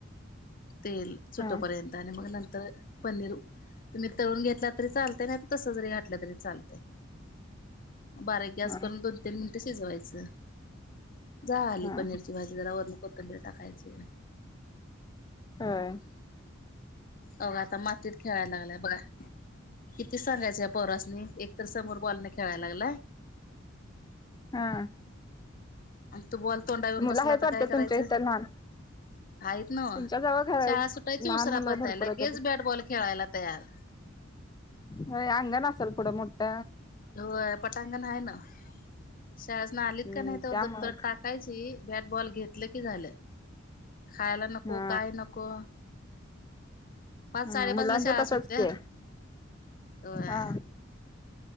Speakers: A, on the left; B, on the left.
A: तेल सुटोपर्यंत
B: हा
A: आणि मग नंतर पनीर तुम्ही तळून घेतलात चालतय नाही तस जरी घातल तरी चालतंय बारीक गॅस
B: हा
A: करून दोन, तीन मिन ते शिजवायचं झाली
B: हा
A: पनीरची भाजी जरा वरून कोथंबीर टाकायचे
B: होय
A: अव आता मातीत खेळायला लागलाय बघा किती सांगायचं या पोरासनी एक तर समोर बॉलने खेळायला लागलाय.
B: हा...
A: तो बॉल तोंडावर येऊन
B: मुलं
A: बसला
B: आहेत
A: तर
B: वाटतं
A: काय करायचं?
B: तुमच्या इथं लहान
A: आहेतच ना हो
B: तुमच्या जवळ घर
A: शाळा सुटायची
B: लहान
A: उसरा
B: मुलं
A: पारताय
B: भरपूर
A: लगेच
B: आहेत वाटतं.
A: बॅटबॉल खेळायला तयार
B: होय, अंगान असल पुढं मोठ?
A: होय पटांगण आहे ना शाळेसन ना आलीत
B: हम्म
A: का नाही तर
B: त्यामुळंच
A: दप्तर टाक कायच बॅट बॉल घेतलं कि झालं खायला नको,
B: हा
A: काय नको पाच
B: हम्म,
A: साडेपाच
B: मुलांच
A: ला शाळा
B: तसच
A: सुटत्यात
B: की
A: होय
B: हा..